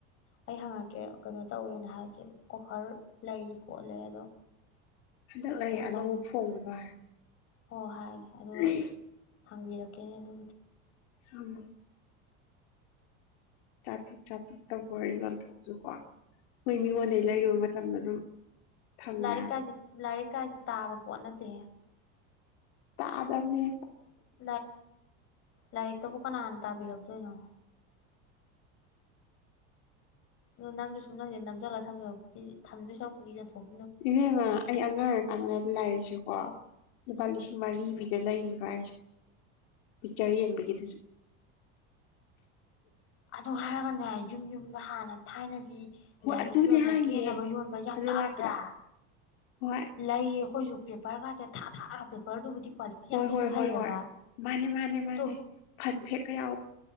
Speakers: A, on the left (about 40°); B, on the left (about 70°).
A: ꯑꯩ ꯍꯪꯉꯛꯀꯦ ꯀꯩꯅꯣ ꯇꯧꯋꯦꯅ ꯍꯥꯏꯒꯦ ꯑꯣꯐꯔ ꯂꯩ ꯈꯣꯠꯂꯦ ꯑꯗꯣ
B: ꯍꯟꯗꯛ ꯂꯩꯔꯤꯛ ꯑꯅꯧꯕ
A: ꯂꯧꯅꯤꯡ
B: ꯐꯣꯡꯕꯗꯣ
A: ꯍꯣ ꯍꯥꯏꯒꯦ ꯑꯗꯨꯒ
B: ꯍꯥꯏ
A: ꯍꯪꯕꯤꯔꯛ ꯀꯅꯦ ꯑꯗꯨ
B: ꯑ ꯆꯇ꯭ꯔꯛ ꯆꯇ꯭ꯔ ꯇ ꯋꯥꯔꯤ ꯋꯥꯔꯤꯒꯣꯟ ꯊꯖꯨꯀꯥ ꯑꯩꯈꯣꯏ ꯃꯤꯉꯣꯟꯗꯒꯤꯩ ꯂꯩꯔꯨꯕ ꯃꯇꯝꯗ ꯑꯗꯨꯝ ꯐꯪꯉꯣꯏ
A: ꯂꯔꯀꯥ
B: ꯍꯥꯏꯕ
A: ꯂ ꯀ ꯀꯥꯏꯁꯦ ꯇꯥꯕ ꯄꯣꯠ ꯅꯠꯇꯦ
B: ꯇꯥ ꯇꯔꯅꯤ
A: ꯛ ꯂꯥꯏꯔꯤꯛꯇꯕꯨ ꯀꯅꯥꯅ ꯇꯥꯕꯤꯔꯛꯇꯣꯏꯅꯣ ꯑꯗꯣ ꯅꯪꯁꯨ ꯁꯨꯝ ꯅꯪꯁꯦ ꯅꯝꯖꯜꯂꯒ ꯊꯝꯖꯂꯄꯗꯤ ꯊꯝꯗꯣꯏ ꯁꯥꯎꯄꯨꯗꯤ ꯌꯣꯟꯊꯣꯛ
B: ꯏꯕꯦꯝꯃ ꯑꯩ ꯑꯉꯥꯡ ꯑꯣꯏꯔꯀꯥꯟꯗꯅꯦꯗ ꯂꯥꯏꯔꯤꯁꯨꯦ ꯋꯥ ꯂꯨꯄꯥ
A: ꯎꯝ
B: ꯂꯤꯁꯤꯡ ꯃꯔꯤꯔꯤꯕꯒ ꯂꯩꯔꯤꯕ <unintelligible> ꯆꯔ ꯌꯦꯡꯕꯒꯤ ꯑꯗꯨꯁꯨ <inaudible>
A: ꯑꯗꯨ ꯍꯥꯏꯔꯒꯅꯦ ꯌꯨꯝ ꯌꯨꯝꯗ ꯍꯥꯟꯅ ꯊꯥꯏꯅꯗꯤ
B: ꯍꯣꯏ
A: ꯂꯥꯏꯔꯤꯛ
B: ꯑꯗꯨꯅꯦ
A: ꯌꯣꯟꯕ
B: ꯍꯥꯏꯁꯦ
A: ꯀꯦꯅꯕ ꯌꯣꯟꯕ ꯌꯥꯝ
B: ꯑꯗꯨ
A: ꯂꯥꯛꯑꯝꯗ꯭ꯔꯥ
B: ꯂꯥꯛꯄꯗ ꯍꯣꯏ
A: ꯂꯩꯌꯦ ꯑꯩꯈꯣꯏꯁꯨ ꯄꯦꯄꯔꯒꯥꯁꯦ ꯊꯥ ꯊꯥꯑꯔꯒ ꯄꯦꯄꯔꯗꯨꯕꯨꯗꯤ ꯀ꯭ꯋꯥꯂꯤꯇꯤ
B: ꯍꯣꯏ
A: ꯌꯥꯝ ꯊꯤꯅ
B: ꯍꯣꯏ
A: ꯐꯩꯌꯦꯕ
B: ꯍꯣꯏ ꯍꯣꯏ ꯃꯥꯅꯦ ꯃꯥꯅꯦ ꯃꯥꯅꯦ
A: ꯇꯣ
B: ꯐꯟ ꯐꯦꯛ ꯀꯌꯥ